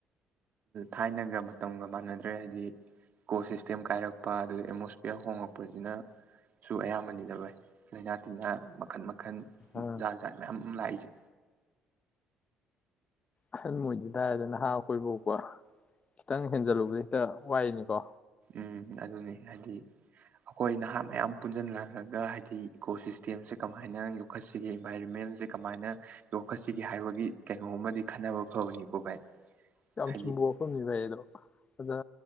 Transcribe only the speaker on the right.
ꯊꯥꯏꯅꯒ ꯃꯇꯝꯒ ꯃꯥꯟꯅꯗ꯭ꯔꯦ ꯍꯥꯏꯗꯤ ꯢꯀꯣꯁꯤꯁꯇꯦꯝ ꯀꯥꯏꯔꯛꯄ ꯑꯗꯨ ꯑꯦꯠꯃꯣꯁꯄꯤꯌꯥꯔ ꯍꯣꯉꯛꯄꯁꯤꯅꯁꯨ ꯑꯌꯥꯝꯕꯅꯤꯗ ꯕꯥꯢ ꯂꯥꯏꯅꯥ ꯇꯤꯟꯅꯥ ꯃꯈꯜ ꯃꯈ ꯃꯈꯟ
ꯖꯥꯠ ꯖꯥꯠ ꯃꯌꯥꯝ ꯑꯃ ꯂꯥꯛꯏꯁꯦ꯫
ꯎꯝ ꯑꯗꯨꯅꯤ ꯍꯥꯏꯗꯤ ꯑꯩꯈꯣꯏ ꯅꯍꯥ ꯃꯌꯥꯝ ꯄꯨꯟꯖꯟꯅ ꯔꯒ ꯍꯥꯏꯗꯤ ꯏꯀꯣ ꯁꯤꯁꯇꯦꯝꯁꯦ ꯀꯃꯥꯏꯅ ꯌꯣꯛꯈꯠꯁꯤꯒꯦ ꯏꯟꯚꯥꯏꯔꯣꯟꯃꯦꯟꯁꯦ ꯀꯃꯥꯏꯅ ꯌꯣꯛꯈꯠꯁꯤꯒꯦ ꯍꯥꯏꯕꯒꯤ ꯀꯩꯅꯣꯃꯗꯤ ꯈꯟꯅꯕ ꯐꯕꯅꯤꯀꯣ ꯚꯥꯏ꯫
ꯍꯥꯏꯗꯤ